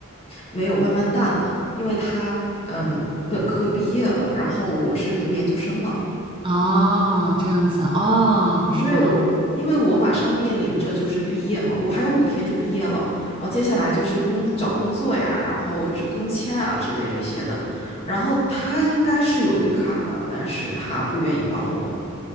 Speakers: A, on the left; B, on the right.
A: 没有，慢慢淡了，因为他嗯本科毕业了，然后我是读研究生了。
B: 啊，这样子啊，是吧？
A: 因为我因为我马上面临着就是毕业嘛，我还有五天就毕业了，然后接下来就是工找工作呀，然后是工签啊之类这些的，然后他应该是有绿卡的，但是他不愿意帮我。